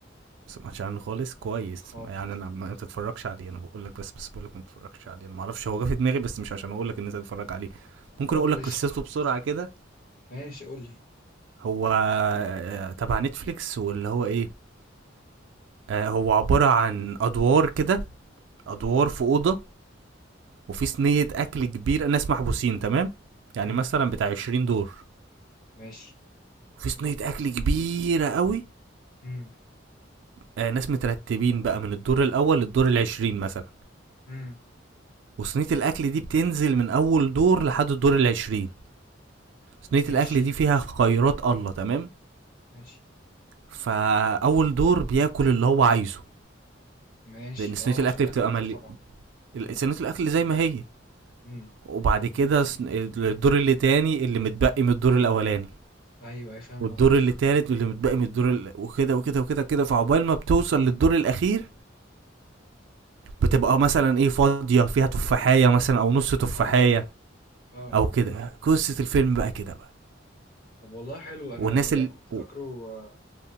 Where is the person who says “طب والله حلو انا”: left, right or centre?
Left